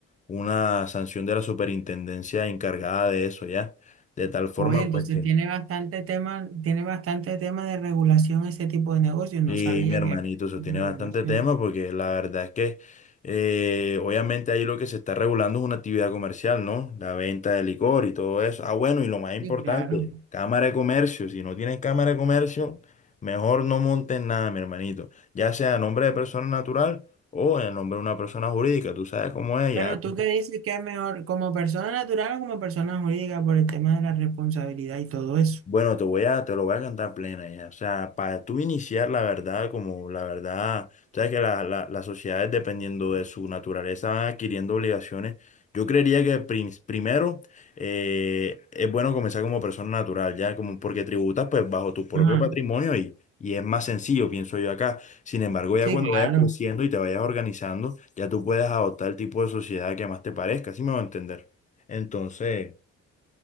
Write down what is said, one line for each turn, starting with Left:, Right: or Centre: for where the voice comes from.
Left: una sanción de la superintendencia encargada de eso, ¿ya? De tal forma,
Right: Oye, entonces
Left: pues que...
Right: tiene bastante tema, tiene bastante tema de regulación ese tipo de negocios. No
Left: Sí,
Right: sabía
Left: mi hermanito,
Right: que
Left: eso
Right: había
Left: tiene
Right: regulación.
Left: bastante tema porque la verdad es que eh, obviamente ahí lo que se está regulando es una actividad comercial, ¿no? La venta de licor y todo eso. Ah, bueno, y lo más importante,
Right: Sí, claro.
Left: cámara de comercio. Si no tienes cámara de comercio, mejor no montes nada, mi hermanito. Ya sea a nombre de persona natural o en nombre de una persona jurídica. Tú sabes cómo es,
Right: Pero
Left: ya.
Right: tú qué dices que es mejor, como persona natural o como persona jurídica, por el tema de la responsabilidad y todo eso.
Left: Bueno, te voy a, te lo voy a cantar plena ya. O sea, para tú iniciar la verdad, como la verdad, sabes que la- la- las sociedades, dependiendo de su naturaleza, van adquiriendo obligaciones. Yo creería que prim- primero eh, es bueno comenzar como persona natural, ya, como porque tributas pues bajo tu propio
Right: Ah,
Left: patrimonio y, y es más sencillo, pienso yo acá. Sin embargo, ya
Right: sí,
Left: cuando
Right: claro.
Left: vayas creciendo y te vayas organizando, ya tú puedes adoptar el tipo de sociedad que más te parezca, ¿sí me va a entender? Entonces.